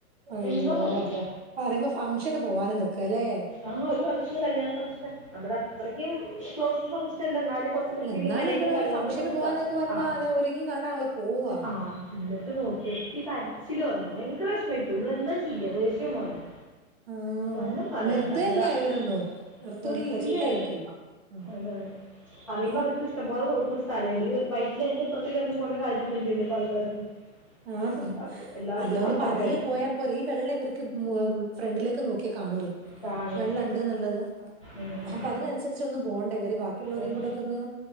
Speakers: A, on the right; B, on the left.
A: അയ്യോ
B: എന്താ പറയ
A: പറയുമ്പോ ഫംഗ്ഷന് പോകാനും നിക്ക ലേ
B: ആ ഒരു ഫംഗ്ഷന് കല്യാണ ഫംഗ്ഷന നമ്മൾ അത്രക്കും ക്ലോസ് ഫംഗഷനല്ല എന്നാലും കൊർ വൃത്തിയിലും
A: അല്ല എന്നാലും
B: മെനയിലും
A: ഇവിടെ
B: കല്യാത്തിന്
A: ഒരു ഫംഗ്ഷന്
B: പോവാൻ നിക്കാ
A: പോവാന്നൊക്കെ പറയുമ്പോ
B: ആഹ്
A: അതെ ഒരുങ്ങി കണ്ടാണല്ലോ പോവാ
B: ആഹ് നോക്കി ഇക്ക് കാര ച്ചില് വന്നു ഭയങ്കരം വിഷ്മായിപ്പോയി നമ്മളെന്താ ചെയ്യാ ദേഷ്യം വന്നു
A: ആ
B: ഒന്നും പറയണ്ട
A: നിർത്തല്ലേ
B: എന്താനിർതില്ലേ
A: ഇവരൊന്നും നിർത്തൂലല്ലോ ചീത്ത കേൾക്കല്ലോ ഉം,
B: എതാണ് പറയ്മ്പോ
A: ഉം.
B: അവർക്ക ഇഷ്ട പോലെ റോട്ടിലെ സ്ഥലണ്ട് ഈ വൈറ്റ് ലൈനിന് ഇപ്പൊറത്തിക് കടന്ന് പോണ്ടേ കാര്യൊന്നില്ലല്ലോ ഇപ്പോ ആൾക്കാർക്ക്
A: ആ
B: എന്താ എല്ലാർക്കും
A: അല്ല
B: സ്വന്തം
A: ഒന്ന് പതിയെ
B: കാര്യം
A: പോയാ പോരെ ഈ വെള്ളം ഇവർക്ക് മ് ഫ്രണ്ടിലേക്ക് നോക്കിയാ കാണൂലേ
B: കാണും
A: വെള്ളണ്ട് എന്ന് ഉള്ളത്
B: ഉം.
A: അപ്പൊ അതിനനുസരിചൊന്നു പോണ്ടെ ഇവര് ബാക്കിയുള്ളോരൊക്കൊന്ന്
B: ഉം.